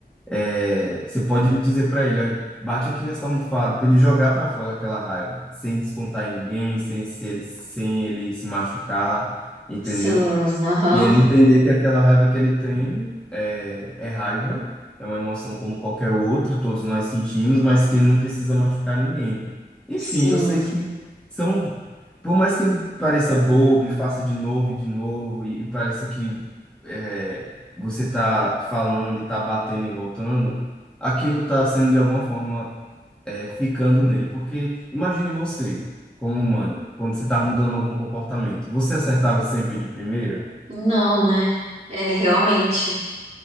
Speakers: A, in the centre; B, on the right.
A: é, você pode dizer para ele, ó, bate aqui nessa almofada para ele jogar para fora aquela raiva, sem descontar em ninguém, sem se ele, sem ele se machucar, entendeu?
B: sim, aham,
A: E ele entender que aquela raiva que ele tem é, é raiva, é uma emoção como qualquer outra, todos nós sentimos, mas que ele não precisa machucar ninguém. Enfim,
B: sim.
A: eu sei que são, por mais que ele pareça bobo e faça de novo e de novo, e, e pareça que é, você tá falando e tá batendo e voltando, aquilo tá sendo de alguma forma é, ficando nele. Porque imagine você, como mãe, quando você tá mudando algum comportamento, você acertava sempre de primeira?
B: Não, né? É, realmente.